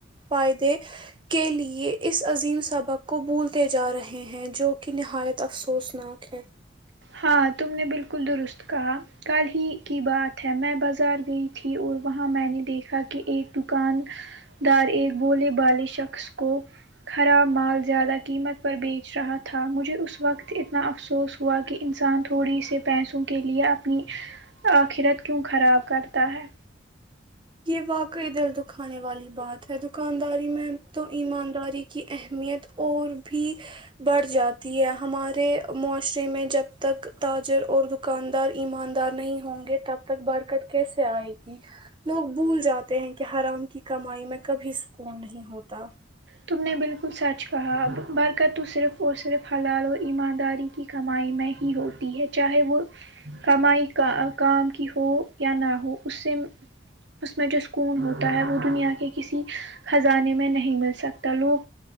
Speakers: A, on the right; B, on the right.
A: فائدے کے لئے اس عظیم سبق کو بھولتے جا رہے ہیں جو کہ نہایت افسوس اپنا خ
B: ہاں تم نے بالکل درست کہا کل ہی کی بات ہے میں بازار گئی تھی اور وہاں میں نے دیکھا کہ ایک دکان دار ایک بولے بالے شخص کو خراب مال زیادہ قیمت پر بیچ رہا تھا مجھے اس وقت اتنا افسوس ہوا کہ انسان تھوڑی سے پیسوں کے لیے اپنی آخرت کیوں خراب کرتا ہے
A: یہ واقعی دل دکھانے والی بات ہے دکانداری میں تو ایمانداری کی اہمیت اور بھی بڑھ جاتی ہے ہمارے معاشرے میں جب تک تاجر اور د دکاندار ایماندار نہیں ہوں گے تب تک برکت کیسے آئے گی لوگ بھول جاتے ہیں کہ حرام کی کمائی میں کبھی سکون نہیں ہوتا
B: تم نے بالکل سچ کہا برکت تو صرف اور صرف حلال اور ایمانداری کی کمائی میں ہی ہوتی ہے چاہے وہ کمائی کا کام کی ہو یا نہ ہو اس سے اس میں جو سکون ہوتا ہے وہ دنیا کے کسی خزانے میں نہیں مل سکتا تا لوگ